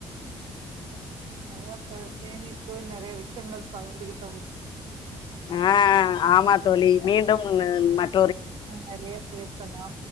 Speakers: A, on the right (about 55°); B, on the left (about 50°).
A: அதா இப்ப சேமிப்பு நறைய விஷ்யங்கள் பகிந்துகிட்டோ
B: அ ஆமா தோழி மீண்டு னு மத்
A: அ நறைய பேசலா